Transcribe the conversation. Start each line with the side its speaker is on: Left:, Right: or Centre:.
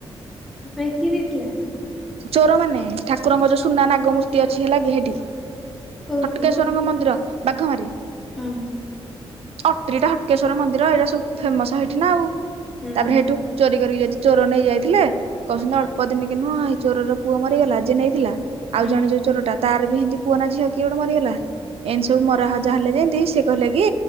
Centre: ହେ ପାଇ କି ନେଇଥିଲା?
Right: ଚୋର ମାନେ ଠାକୁରଙ୍କ ଯୋଉ ସୁନା ନାଗମୂର୍ତ୍ତି ଅଛି ହେଲା କି ହେଠି।
Centre: ଓହୋ
Right: ହଟକେଶ୍ଵରଙ୍କ ମନ୍ଦିର ବାଘମାରି‌।
Centre: ହଁ ହଁ।
Right: ଅଟ୍ରିଟା ହଟକେଶ୍ୱର ମନ୍ଦିର ଏଇଟା ସବୁ ଫେମସ ହେଇଠି ନା ଆଉ
Centre: ହୁଁ
Right: ତାପରେ ହେଠୁ ଚୋରି କରିକି ଯଦି ଚୋର ନେଇ ଯାଇଥିଲେ କହୁଛନ୍ତି ଅଳ୍ପ ଦିନ କେ ନୁହଁ ଏଇ ଚୋରର ପୁଅ ମରିଗଲା ଯେ ନେଇଥିଲା ଆଉ
Centre: ହୁଁ
Right: ଜଣେ ଯୋଉ ଚୋର ଟା ତାର ବି ଏମିତି ପୁଅ ନା ଝିଅ କିଏ ଗୋଟେ ମରିଗଲା ଏମିତି ସବୁ ମରାହଜା ହେଲେ ଯେମିତି ସେ କହିଲେ କି